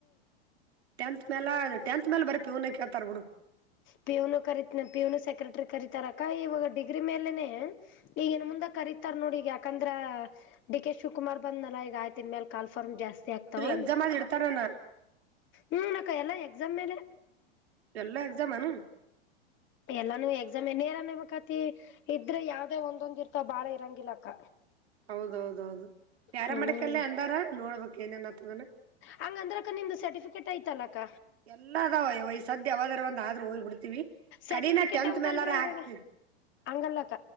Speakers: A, on the right; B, on the left.
A: ಟೆಂತ್ ಮೇಲ ಟೆಂತ್ ಮೇಲೆ ಬರೀ ಪ್ಯವನ ಕೇಳ್ತಾರ್ಡು
B: ಪಿಯುನು ಕರೀತೀನಿ ಪಿಯುನು ಸೆಕ್ರೆಟರಿ ಕರೀತಾರಕ್ಕ ಇವಾಗ ಡಿಗ್ರಿ ಮೇಲೆನೆ ಈಗ ನ್
A: ಹ್ಮ್
B: ಮುಂದ ಕರೀತಾರ್ ನೋಡಿ ಈಗ ಯಾಕೆ ಯಾಕಂದ್ರ ಡಿ ಕೆ ಶಿವಕುಮಾರ್ ಬಂದ್ಲ್ ಈಗ ಆಯ್ತನ್ ಮೇಲ ಕಾಲ್ಫರ್ಮ್ ಜಾಸ್ತಿ ಸರಿ ಆಗ್ತವ
A: ಅಂದ್ರ ಎಕ್ಸಾಮ್ ಆದ್ ಇಡ್ತಾರನ
B: ಹ್ಮ್ ನಕ್ಕ ಎಕ್ಸಾಮ್ ಮೇಲೆ
A: ಎಲ್ಲ ಎಕ್ಸಾಮ್ ಏನು
B: ಎಲ್ಲಾನು ಎಕ್ಸಾಮ್ ನೇರ ನೇಮಕಾತಿ ಇದ್ರೆ ಯಾವ್ದೇ ಒಂದೊಂದ್ ಇರ್ತ ಬಾಳ ಇರಂಗಿಲ್ಲಕ್ಕ
A: ಹೌದೌದೌದು ಪ್ಯಾರಾ
B: ಹ್ಮ್
A: ಮೆಡಿಕಲ್ಲೇ ಅಂದಾರ ನೋಡ್ಬೇಕಕ್ ಏನೇನ್ತದನ
B: ಹಂಗಂದ್ರಕ್ಕ ನಿಮ್ದ ಸರ್ಟಿಫಿಕೇಟ್ ಐತಲ್ಲ ಅಕ್ಕ
A: ಎಲ್ಲಾ ಆದವ ಇವ ಸದ್ಯ ಯಾವದ್ರ ಒಂದ ಆದ್ರೆ ಹೋಗ್ಬ ಬಿಡ್ತಿವಿ
B: ಸರ್ಟಿಫಿಕೇಟ್
A: ಕಡಿನ ಟೆಂತ್
B: ಅಂತಂದ್ರೆ
A: ಮೇಲಾರ
B: ಇವಾಗ
A: ಹಾಕ್ತಿವಿ
B: ಹಂಗಲ್ಲಕ್ಕ